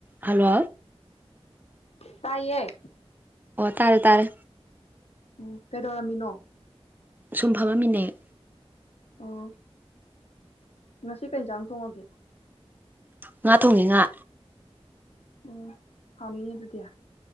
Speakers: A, on the right; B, on the left.
A: ꯍꯜꯂꯣ
B: ꯇꯥꯏꯌꯦ
A: ꯑꯣ ꯇꯥꯔꯦ ꯇꯥꯔꯦ
B: ꯎꯝ ꯀꯩꯗꯧꯔꯝꯃꯤꯅꯣ
A: ꯁꯨꯝ ꯐꯝꯃꯝꯃꯤꯅꯦ ꯎꯝ
B: ꯑꯣ ꯉꯁꯤ ꯀꯩ ꯍꯦꯟꯖꯥꯡ ꯊꯣꯡꯉꯒꯦ
A: ꯉꯥ ꯊꯣꯡꯉꯦ ꯉꯥ
B: ꯎꯝ ꯍꯥꯎꯅꯤꯅꯦ ꯑꯗꯨꯗꯤ